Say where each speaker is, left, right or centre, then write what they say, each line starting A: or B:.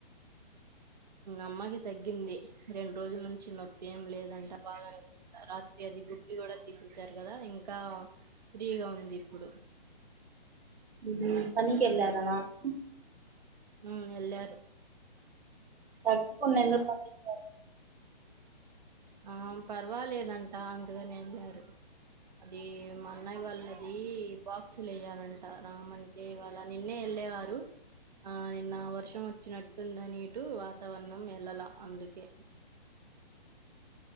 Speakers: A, on the right (about 45°); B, on the right (about 75°).
A: అమ్మకి తగ్గింది రెండు రోజుల నుంచి నొప్పి ఏం లేదంట బాగానే ఉందంట రాత్రి అది గుబ్లీ కూడా తీసేసారు కదా ఇంకా ఫ్రీగా ఉంది ఇప్పుడు
B: ఊహు పనికి వెళ్ళారా నాన్న
A: మ్ ఎల్లారు
B: సద్దుకోండి అందరూ పంపించారు
A: ఆ పర్వాలేదంటా అందుకని వెళ్ళారు అదీ మా అన్నయ్య వాళ్ళ అదీ బాక్సులు వెయ్యాలంటా రామంటే ఇవాళ నిన్నే వెళ్ళేవారు ఆ నిన్న వర్షం వ వచ్చినట్టుందనిటు వన్నం వెళ్ళల అందుకే